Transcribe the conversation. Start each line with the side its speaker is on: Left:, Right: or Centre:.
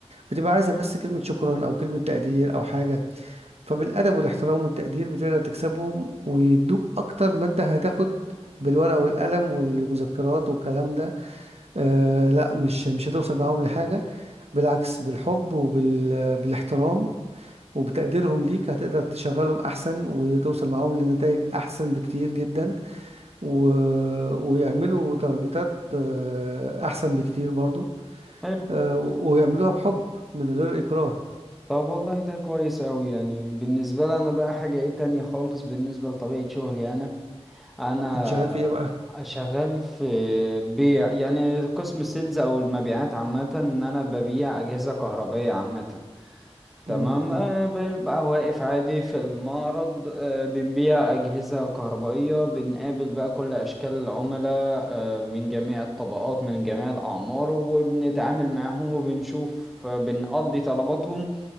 Right: بتبقى عايزه بس كلمه شكرا او كلمه تقدير او حاجه فبالادب والاحترام والتقدير بتقدر تكسبهم ويدوك اكتر ما انت هتاخد بالورقه والقلم والمذكرات والكلام ده آه لا مش مش هتوصل معاهم لحاجه بالعكس بالحب وبالاحترام وبتقديرهم ليك هتقدر تشغلهم احسن وتوصل معاهم لنتائج احسن بكتير جدا و... ويعملوا تارجتات آه، احسن بكتير برضو
Centre: حلو
Right: آه، ويعملوها بحب من غير اكراه
Centre: طب والله ده كويس اوي يعني بالنسبة لي انا بقى حاجة ايه تانية خالص بالنسبة لطبيعة شغلي انا انا
Right: انت شغال في ايه بقى
Centre: شغال في بيع يعني قسم السيلز او المبيعات عامه ان انا ببيع اجهزه كهربائيه عامه
Right: م-
Centre: تمام
Right: م-
Centre: أه ببقى واقف عادي في المعرض أه بنبيع اجهزه كهربائيه بنقابل بقى كل اشكال العملاء أه من جميع الطبقات من جميع الاعمار وبنتعامل معاهم وبنشوف آه، بنقضي طلباتهم